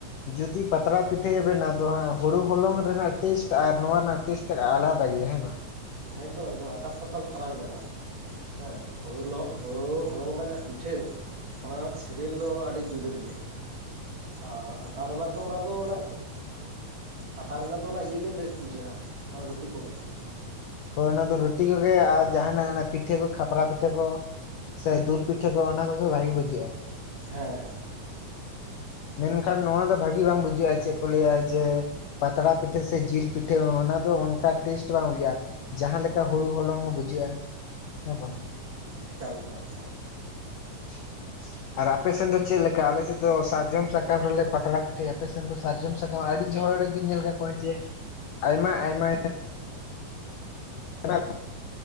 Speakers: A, on the left; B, on the right.
A: ᱡᱩᱫᱤ ᱯᱟᱛᱲᱟ ᱯᱤᱴᱷᱟᱹᱭᱮ ᱵᱮᱱ ᱟᱫᱚ ᱦᱟᱸᱜ ᱦᱩᱲᱩ ᱦᱚᱞᱚᱝ ᱨᱮᱱᱟᱜ ᱴᱮᱥᱴ ᱟᱨ ᱱᱚᱣᱟ ᱨᱮᱱᱟᱜ ᱴᱮᱥᱴ᱾ ᱟᱞᱟᱫᱟ ᱜᱮᱭᱟ ᱦᱮᱸᱵᱟᱝ᱾
B: ᱮᱠᱫᱚᱢ ᱮᱠᱫᱚᱢ ᱟᱠᱟᱥᱯᱟᱛᱟᱞ ᱯᱷᱟᱨᱟᱠ ᱵᱮᱱᱟᱜ-ᱟ᱾ ᱦᱮᱸ ᱦᱩᱲᱩ ᱞᱚᱦᱚᱜ ᱦᱩᱲᱩ ᱦᱚᱞᱚᱝ ᱨᱮᱱᱟᱜ ᱡᱟᱦᱟᱸ ᱯᱤᱴᱷᱟᱹ᱾ ᱚᱱᱟ ᱨᱮᱱᱟᱜ ᱥᱤᱵᱤᱞ ᱫᱚ ᱟᱹᱰᱤ ᱡᱩᱫᱟᱹ ᱜᱮᱭᱟ᱾ ᱟᱨ ᱟᱴᱟ ᱨᱮᱱᱟᱜ ᱫᱚ ᱚᱱᱟ ᱫᱚ ᱚᱱᱟ ᱟᱴᱟ ᱨᱮᱱᱟᱜ ᱫᱚ ᱚᱱᱟ ᱤᱭᱟᱹᱟᱹᱜᱮ ᱵᱮᱥ ᱵᱩᱡᱷᱟᱹᱜᱼᱟ ᱨᱩᱴᱤ ᱠᱚᱜᱮ᱾
A: ᱦᱳᱭ ᱚᱱᱟ ᱫᱚ ᱨᱩᱴᱤ ᱠᱚᱜᱮ ᱟᱨ ᱡᱟᱦᱟᱱᱟᱜ ᱟᱱᱟ ᱯᱤᱴᱷᱟᱹ ᱠᱚ ᱠᱷᱟᱯᱨᱟ ᱯᱤᱴᱷᱟᱹ ᱠᱚ ᱥᱮ ᱫᱩᱞ ᱯᱤᱴᱷᱟᱹ ᱠᱚ ᱚᱱᱟ ᱠᱚᱜᱮ ᱵᱷᱟᱜᱤ ᱵᱩᱡᱷᱟᱹᱜᱼᱟ ᱾
B: ᱦᱮᱸ ᱦᱮᱸ᱾
A: ᱢᱮᱱᱠᱷᱟᱱ ᱱᱚᱣᱟ ᱫᱚ ᱵᱷᱟᱹᱜᱤ ᱵᱟᱝ ᱵᱩᱡᱷᱟᱹᱜ-ᱟ ᱪᱮᱫ ᱠᱚ ᱞᱟᱹᱭᱟ ᱡᱮ ᱯᱟᱛᱲᱟ ᱯᱤᱴᱷᱟᱹ ᱥᱮ ᱡᱤᱞ ᱯᱤᱴᱷᱟᱹ ᱦᱚᱸ ᱚᱱᱟ ᱫᱚ ᱚᱱᱠᱟ ᱴᱮᱥᱴ ᱵᱟᱝ ᱦᱩᱭᱩᱜ-ᱟ ᱾ ᱡᱟᱦᱟᱸ ᱞᱮᱠᱟ ᱦᱩᱲᱩ ᱦᱚᱞᱚᱝ ᱵᱩᱡᱷᱟᱹᱜᱼᱟ ᱦᱮᱸ ᱵᱟᱝ ᱾
B: ᱮᱠᱟᱞ-ᱮᱠᱟᱞ-ᱮᱠᱟᱞ᱾
A: <unintelligible> ᱟᱨ ᱟᱯᱮ ᱥᱮᱱ ᱫᱚ ᱪᱮᱫ ᱞᱮᱠᱟ ᱟᱞᱮᱥᱮᱫ ᱫᱚ ᱟᱨ ᱟᱯᱮ ᱥᱮᱱ ᱫᱚ ᱪᱮᱫ ᱞᱮᱠᱟ ᱟᱞᱮ ᱥᱮᱫ ᱫᱚ ᱥᱟᱨᱡᱚᱢ ᱥᱟᱠᱟᱢ ᱨᱮᱞᱮ ᱯᱟᱛᱲᱟ ᱯᱤᱴᱷᱟᱹᱭᱟ ᱟᱯᱮ ᱥᱮᱱ ᱫᱚ ᱥᱟᱨᱡᱚᱢ ᱥᱟᱠᱟᱢ ᱟᱹᱰᱤ ᱡᱦᱚᱲ ᱜᱮᱧ ᱧᱮᱞ ᱠᱟᱫ ᱠᱚᱣᱟ ᱡᱮ ᱟᱭᱢᱟ ᱟᱭᱢᱟ <unintelligible>